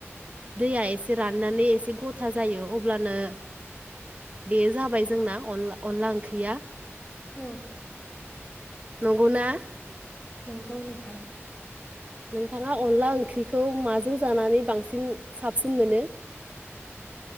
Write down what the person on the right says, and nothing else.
दैया एसे राननानै एसे गथाज। जायो, अब्लानो बे जाबाय जोंना अनला-अनला ओंख्रिया।
नंगौना।
नोंथाङा अनलाओं। ओंख्रिखौ माजों जानानै बांसिन साबसिन मोनो।